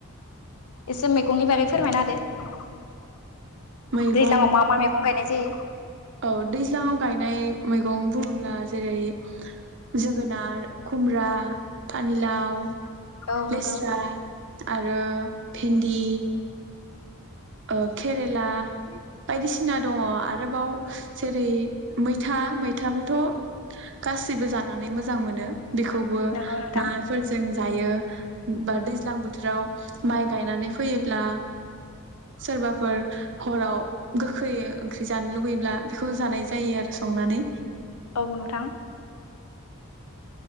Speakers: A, on the left (about 80°); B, on the right (about 55°).
A: एसे मैगंनि बारै फोरमायना होदो
B: मैगं
A: दैज्लाङाव मा मा मैगं गायनाय जायो
B: औ दैज्लाङाव गायनाय मैगं बुङोब्ला जेरै जोगोनार खुमब्रा पानिलाव
A: औ नंगौ
B: लेस्रा आरो भिन्दि ओ केरेला बायदिसिना दङ आरोबाव जेरै मैथा मैथाखौथ' गासिबो जानानै मोजां मोनो बेखौबो
A: नंगौ नोंथां
B: नाफोरजों दायो बा दैज्लां बोथोराव माइ गायनानै फैयोब्ला सोरबाफोर हराव गोखै ओंख्रि जानो लुुबैब्ला बेखौ जानाय जायो आरो संनानै
A: औ बुं नोंथां